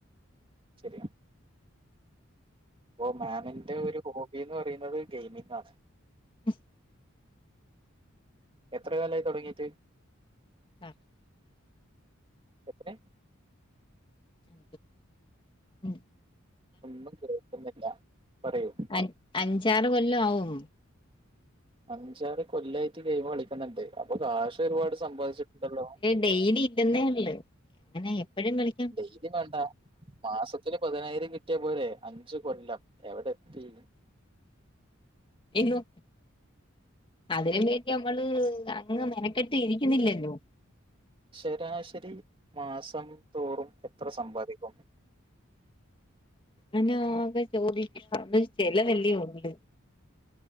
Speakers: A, on the right; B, on the left.
A: ശരിയാ അപ്പോ മാമിന്റെ ഒരു ഹോബിന്ന് പറയുന്നത് ഗെയിമിംഗാണ്
B: ഉം
A: എത്ര കാലായി തുടങ്ങീട്ട്
B: ആഹ്
A: എത്രെ
B: ഉം ഉം
A: ഒന്നും കേക്കുന്നില്ല പറയൂ
B: അ അഞ്ചാറു കൊല്ലം ആവും
A: അഞ്ചാറ് കൊല്ലായിട്ട് ഗെയിം കളിക്കുന്നുണ്ട് അപ്പൊ കാഷ് ഒരുപാട് സമ്പാദിച്ചിട്ടുണ്ടല്ലോ
B: ഡയ്ലി ഇല്ലന്നേ ഉള്ളൂ അങ്ങനെ എപ്പോഴും കളി
A: ഡെയിലി വേണ്ട മാസത്തില് പതിനായിരം കിട്ടിയ പോലെ അഞ്ചു കൊല്ലം എവിടെ എത്തി
B: എല്ലോ അതിന് വേണ്ടി നമ്മളെ അങ്ങ് മെനക്കെട്ട് ഇരിക്കുന്നില്ലല്ലോ
A: ശരാശരി മാസം തോറും എത്ര സമ്പാദിക്കും
B: അനോക്കെ ചോദിച്ച ചിലവല്ലേണ്ട്